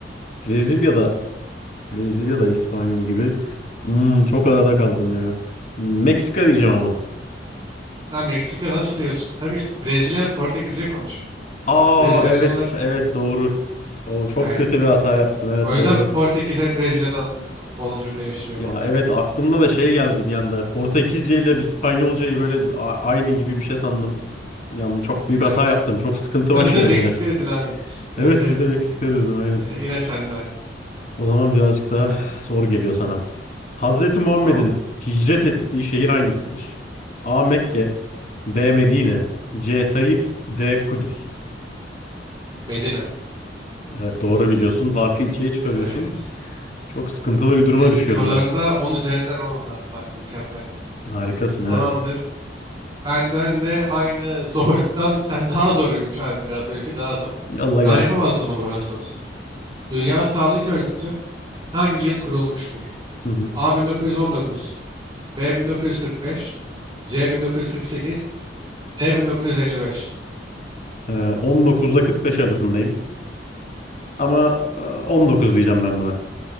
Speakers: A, on the left (about 45°); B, on the right (about 25°).
A: Brezilya'da Brezilya'da İspanyol gibi. Hmm, çok arada kaldım ya. Hmm, Meksika diyeceğim ama.
B: Ha, Meksika nasıl diyorsun? Tabii İsp- Brezilya Portekizce konuşuyor.
A: Aa
B: Brezilyalılar
A: evet evet doğru. O çok
B: yani.
A: kötü bir hata yaptım evet
B: O yüzden
A: doğru.
B: Portekiz hep Brezilya'dan full futbolcu devşiriyor
A: Ya
B: falan.
A: evet aklımda da şey geldi bir anda. Portekizce ile İspanyolcayı böyle a- aynı gibi bir şey sandım. Yani çok büyük
B: Aynen.
A: hata yaptım. Çok sıkıntı
B: <laughs>
A: başladım
B: Bir de Meksika
A: yine.
B: dedin abi. Evet
A: Evet
B: evet.
A: bir de Meksika dedim aynen.
B: Ee, yine sende.
A: O zaman birazcık daha zor geliyor sana. Hazreti Muhammed'in
B: Tamam.
A: hicret ettiği şehir hangisidir? A. Mekke B. Medine C. Taif D. Kudüs
B: Medine.
A: Evet doğru biliyorsun. Farkı ikiye çıkarıyorsun.
B: Evet.
A: Çok sıkıntılı bir duruma
B: Senin
A: düşüyorum
B: sorularında
A: ben.
B: 10 üzerinden oğlum abi. Bak mükemmel.
A: Harikasın
B: E, Tamamdır.
A: evet.
B: Benden de aynı <laughs> zorluktan sen daha zoruymuş abi biraz. Benimki daha zor.
A: Allah
B: Ben
A: gelsin.
B: yapamazdım bunu bana sorsan. Dünya Sağlık Örgütü hangi yıl kurulmuştur?
A: Hı hı.
B: A 1919, B 1945, C 1948, D 1955.
A: Ee, 19 ile 45 arasındayım. Ama e, 19 diyeceğim ben buna.